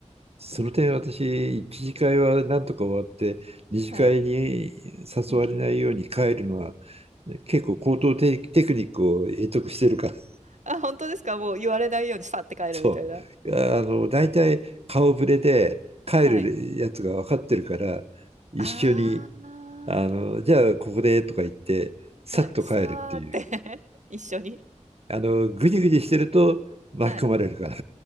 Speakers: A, on the right (about 55°); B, on the right (about 75°).
A: その点私、一次会はなんとか終わって、二次会に
B: はい。
A: 誘われないように帰るのは、
B: うん。
A: 結構高等テクテクニックを得得してるから
B: あ、本当ですかもう言われないようにさって帰るみたいな。
A: そう。あの、大体顔ぶれで帰るやつが分かってるから、
B: はい。
A: 一緒に、
B: ああ。
A: あの、じゃあここでとか言って、さっと帰るっていう。
B: はい。さーって <laughs> 一緒に。
A: あの、ぐじぐじしてると巻き込まれるから。
B: はい。